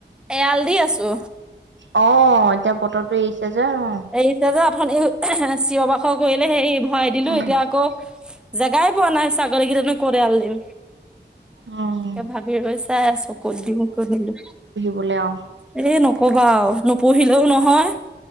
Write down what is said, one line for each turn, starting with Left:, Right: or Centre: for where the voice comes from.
Centre: এৰাল দি আছো।
Right: অ', এতিয়া বতৰটো এৰিছে যে ন।
Centre: এৰিছে যে আথন চিঞ বাখৰ কৰিলে সেই ভৰাই দিলো
Right: উম,
Centre: এতিয়া আকৌ জেগাই পোৱা নাই ছাগলী কেইানো কৰি আল দিম
Right: উম,
Centre: তাকে ভাবিছ। তাই আছো ক'ত দিওঁ কৰি নিলো।
Right: বোলেও
Centre: এ, নকবা নপঢ়িলেও নহয়।